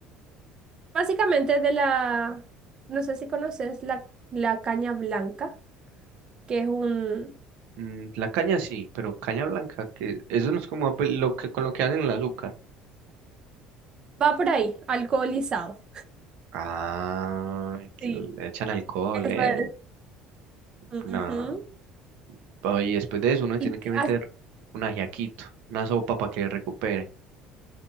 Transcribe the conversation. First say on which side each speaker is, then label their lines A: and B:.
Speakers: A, on the right; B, on the right.
A: básicamente de la, no sé si conoces la, la caña blanca, que es un,
B: mm, La caña sí, pero caña blanca, que eso no es como ape- lo que con lo que hacen el azúcar.
A: va por ahí, alcoholizado.
B: Ah, que
A: Sí.
B: le echan alcohol,
A: Eso
B: eh.
A: es. Ujú.
B: No. pa- Y después de eso uno tiene
A: Y
B: que
A: t-
B: meter
A: a-
B: un ajiaquito, una sopa para que recupere.